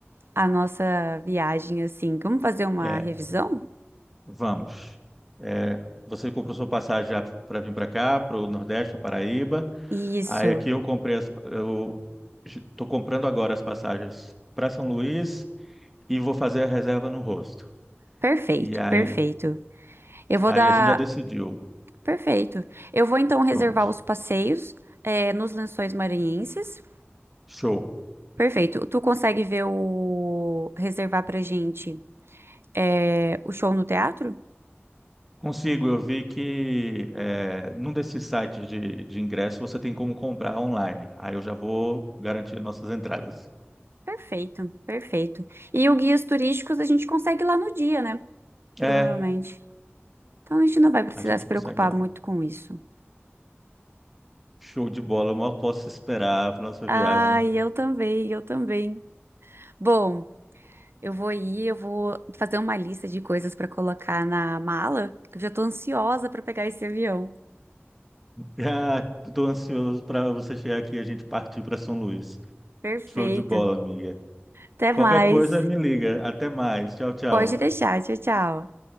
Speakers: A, on the right; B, in the centre.
A: a nossa viagem assim. Vamos fazer uma
B: é,
A: revisão?
B: Vamos. É, você comprou sua passagem já para vir para cá, para o Nordeste, para Paraíba.
A: Isso.
B: Aí aqui eu comprei as, eu estou comprando agora as passagens para São Luís e vou fazer a reserva no rosto.
A: Perfeito,
B: E aí,
A: perfeito. Eu vou
B: aí
A: dar
B: a gente já decidiu.
A: perfeito. Eu vou então reservar
B: Pronto.
A: os passeios é, nos Lençóis Maranhenses.
B: Show.
A: Perfeito. Tu consegue ver o reservar pra gente é, o show no teatro?
B: Consigo. Eu vi que é, num desses sites de, de ingresso você tem como comprar online. Aí eu já vou garantir nossas entradas.
A: Perfeito, perfeito. E o guias turísticos a gente consegue lá no dia, né? Provavelmente.
B: É,
A: Então a gente não vai precisar
B: a gente
A: se
B: consegue
A: preocupar
B: lá.
A: muito com isso.
B: Show de bola. Eu mal posso esperar para nossa
A: Ai,
B: viagem.
A: eu também, eu também. Bom, eu vou ir, eu vou fazer uma lista de coisas para colocar na mala, que eu já tô ansiosa para pegar esse avião.
B: Ah, tô ansioso para você chegar aqui e a gente partir para São Luís.
A: Perfeito.
B: Show de bola, amiga.
A: Até
B: Qualquer
A: mais.
B: coisa, me liga. Até mais. Tchau, tchau.
A: Pode deixar. Tchau, tchau.